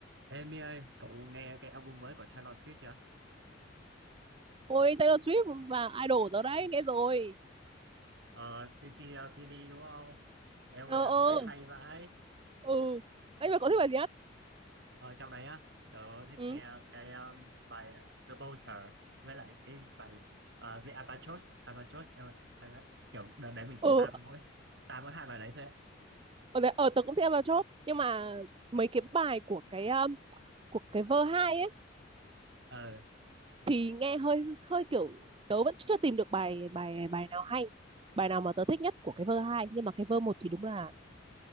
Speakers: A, on the right; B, on the right.
A: Ê Mi ơi, cậu nghe cái album mới của Taylor Swift chưa?
B: Ôi Taylor Swift là idol tớ đấy nghe rồi
A: Ờ, TTLPD đúng không? Em
B: ờ
A: ơi, album
B: ờ
A: đấy hay vãi.
B: ừ anh mà có thích bài gì hết
A: Ờ, trong đấy á, tớ thích
B: ừ
A: nghe cái um, bài The Vulture với lại cái bài ờ, The Albatross. Albatross, em ơi, hay lắm. Kiểu đợt đấy mình spam
B: ừ
A: mỗi, spam mỗi hai bài đấy thôi. ấy.
B: ở đấy ở tớ cũng thích Avatar Chop nhưng mà mấy cái bài của cái um, của cái vơ hai ấy
A: Ờ,
B: thì nghe hơi hơi kiểu tớ vẫn chưa tìm được bài bài bài nào hay bài nào mà tớ thích nhất của cái vơ hai nhưng mà cái vơ một thì đúng là